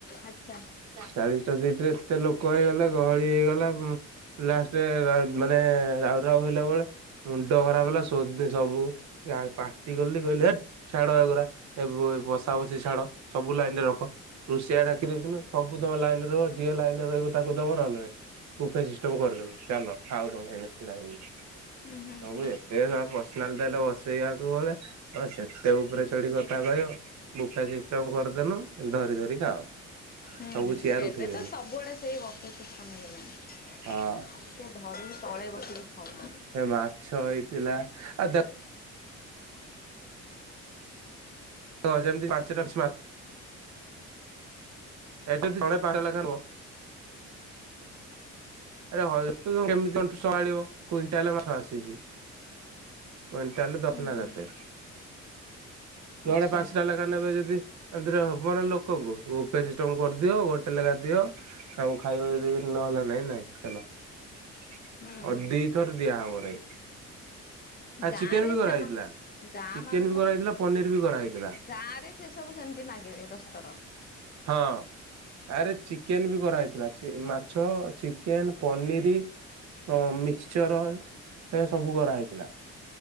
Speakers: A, on the left; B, on the right.
A: ଆଚ୍ଛା
B: ଚାଳିଶ ଟା ସିଟ ରେ ଏତେ ଲୋକ ହେଇଗଲେ ଗହଳି ହେଇଗଲା ଲାଷ୍ଟରେ ମାନେ ରାଉ ରାଉ ହେଲା ବେଳେ ମୁଣ୍ଡ ଖରାପ ହେଲା ସୋଧି ସବୁ ପାଟି କଲି କହିଲି ହେଠ। ଛାଡ ଏଗୁଡ଼ା ଏ ବସା ବସି ଛାଡ ସବୁ ଲାଇନ ରେ ରଖ। ରୁଷିଆ ଡାକି ଦେଇଥଥିଲୁ ସବୁ ତକ ଲାଇନ ରେ ରହ ଯିଏ ଲାଇନ ରେ ରହିବ ତାକୁ ଦବ ନା ନାଇଁ। ବୁଫେ ସିଷ୍ଟମ କରିଦେନୁ ଚାଲ ଖାଅ ତମେ ଏଇନା ଛିଡା ହେଇକି।
A: ଉୁଁ ହୁଁ
B: ତମକୁ
A: ହୁଁ
B: ଯେତେ ଯାହା ପରସନାଲ ଦେଲେ ବସେଇବାକୁ ମାନେ ସେ ସେତେ ଉପରେ ଚଢି କଥା କହିବ, ବୁଫେ ସିଷ୍ଟମ କରିଦେନୁ ଧରି ଧରି ଖାଅ।
A: ହୁଁ
B: ସବୁ ଚେୟାର
A: ଏବେ
B: ଉଠେଇଦେନୁ
A: ତ ସବୁଆଡେ ସେଇ ବଫେ ସିଷ୍ଟମ ହେଇ ଗଲାଣି।
B: ହଁ।
A: ଆଉ କିଏ ଧରିକି ତଳେ ବସିକି ଖାଉନାହାନ୍ତି।
B: ସେ ମାଛ ହେଇଥିଲା ଆଉ ଦେଖ ଖ ସେମିତି ପାଞ୍ଚଟା ମାଚ୍ ଏଠି ଜଣେ ପାଞ୍ଚଟା ଲଖା ରୁହ। ଆରେ ହ ଏତେ କେମିତି ତଣ୍ଟୁ ସମ୍ଭାଳିବ କୁଇଣ୍ଟାଲେ ମାଛ ଆସିଚି। କୁଇଣ୍ଟାଲରେ ଦଶ
A: ହୁଁ
B: ନା
A: ହୁଁ
B: କେତେ ଜଣେ
A: ଆଚ୍ଛା
B: ପାଞ୍ଚଟା ଲେଖା ନେବେ ଯଦି ଏମତିରେ ହବ ନା ଲୋକଙ୍କୁ, ବୁଫେ ସିଷ୍ଟମ କରିଦିଅ ଗୋଟେ ଲେଖାଦିଅ ଆଉ ଖାଇବା ଯଦି ନ ହେଲା ନାଇଁ ନାଇଁ ଚାଲ <unintelligible>
A: ହୁଁ ହୁଁ
B: ଦିଥର ଦିଆହବନାଇ। ଆଉ
A: ଗାଁ
B: ଚିକେନ
A: ରେ
B: ବି କରାହେଇଥିଲା।
A: ସେମାନେ ଗାଁ
B: ଚିକେନ
A: ମାନଙ୍କରେ
B: ବି କରାହେଇଥିଲା ପନିର ବି କରାହେଇଥିଲା
A: ଗାଁ ରେ ସେ ସବୁ ସେମିତି ମାଗିବେ ଦଶଥର।
B: ହଁ ଆରେ ଚିକେନ ବି କରାହେଇଥିଲା ମାଛ ଚି କେନ୍ ପନିରି ହଁ ମିକ୍ସଚର୍ ସେ ସବୁ କରାହେଇଥିଲା।